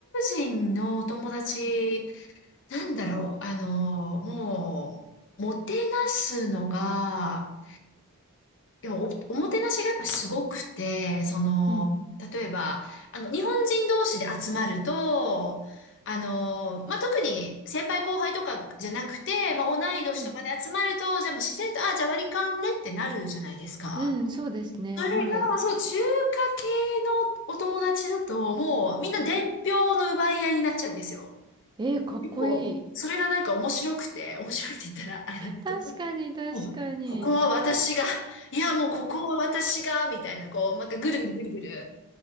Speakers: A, on the left; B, on the right.
A: 国人のお友達
B: うん、
A: なんだろう、あの、もう、もてなすのが、でもお、おもてなしがやっぱすごくて、その、
B: うん、
A: 例えば、あの、日本人同士で集まると、あの、まあ、特に先輩後輩とかじゃなくて、まあ、同い年とかで集まると、
B: うん、
A: じゃあもう自然と、あ、じゃあ割り勘ねってなるじゃないですか。
B: うんそうですね、
A: それが、
B: はい。
A: そう、中華系のお友達だと、もうみんな伝票の奪い合いになっちゃうんですよ。
B: あええ、かっこいい。
A: 結構、それがなんか面白くて、面白いって言ったらあれなんですけど、
B: 確かに、確かに。
A: もう、ここは私が、いや、もうここは私が、みたいな、こう、なんかぐるぐるぐるぐる